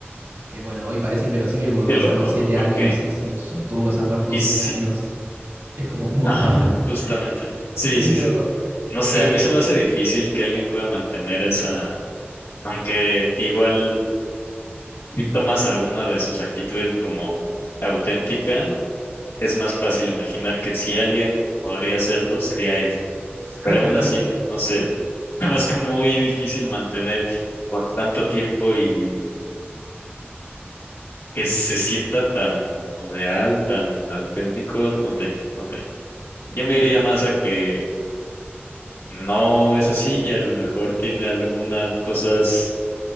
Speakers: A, on the right; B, on the left.
A: Que bueno, hoy parece inverosímil porque
B: Qué
A: pasaron
B: loco,
A: siete
B: ¿no? Porque,
A: años y si sostuvo esa perfo
B: y
A: siete
B: sí,
A: años es como un montón.
B: ajá, justamente.
A: <laughs>
B: Sí,
A: Pero
B: sí, sí. No sé,
A: eh,
B: a mí se me hace difícil que alguien pueda mantener esa, aunque igual si tomas alguna de sus actitudes como auténtica, es más fácil imaginar que si alguien podría hacerlo, sería él.
A: completamente.
B: Pero aún así, no sé, <laughs> Me hace muy difícil mantener por tanto tiempo y que se sienta tan real, tan auténtico, no sé, no sé. Yo me
A: Eh,
B: iría más a que no es así y a lo mejor tiene algunas cosas